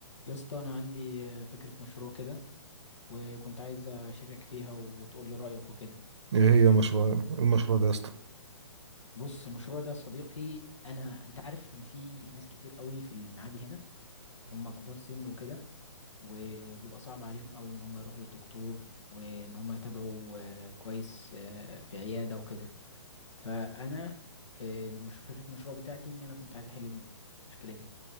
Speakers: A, on the left; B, on the right.
A: يا اسطى انا عندي آه، فكره مشروع كده وكنت عايز اشارك فيها وتقول لي رايك وكده
B: ايه هي مشروع المشروع ده يا اسطى
A: بص المشروع ده يا صديقي انا انت عارف ان في ناس كتير قوي في المعادي هنا هم كبار سن وكده وبيبقى صعب عليهم قوي ان هم يروحوا للدكتور وان هم يتابعوا آه، كويس آه، في عياده وكده فانا آه، المش... فكره المشروع بتاعتي ان انا كنت عايز احل المشكله دي